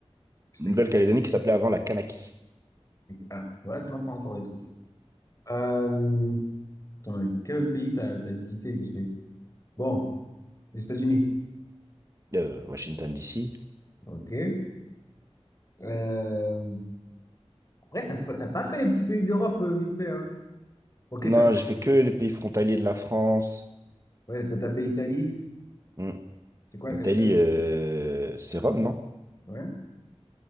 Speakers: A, on the left; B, on the right.
A: je sais
B: Nouvelle-Calédonie
A: qu'il
B: qui s'appelait avant la Kanaki.
A: Ah, voilà, tu m'apprends encore des trucs. Euh, dans quel pays t'as as, visité, je sais. Bon, les États-Unis.
B: Euh, Washington, D.C.
A: Ok. Euh, Ouais, t'as pas t'as pas fait les petits pays d'Europe euh, vite fait, hein. Ok,
B: Non,
A: t'as
B: j'ai fait que les pays frontaliers de la France.
A: ouais, t'as- t'as fait l'Italie.
B: Hmm.
A: C'est quoi
B: Italie,
A: la capitale?
B: euh, c'est Rome, non?
A: Ouais.